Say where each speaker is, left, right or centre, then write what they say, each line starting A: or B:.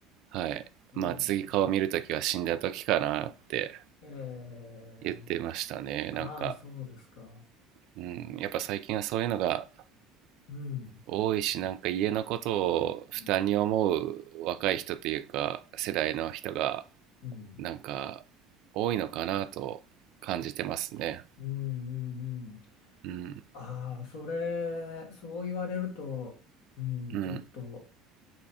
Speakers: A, on the right (about 60°); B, on the left (about 70°).
A: はいまあ次顔見るときは死んだときかなって
B: ええ、ええ、
A: 言ってましたねなんか、
B: ああ、そうですか。
A: うん、やっぱ最近はそういうのが
B: うん。
A: 多いしなんか家のことを負担に思う若い人というか世代の人が
B: うん、うん、
A: なんか多いのかなと感じてますね
B: うん、うんうん。
A: うん
B: ああ、それ、そう言われると、うん、
A: うん
B: ちょっと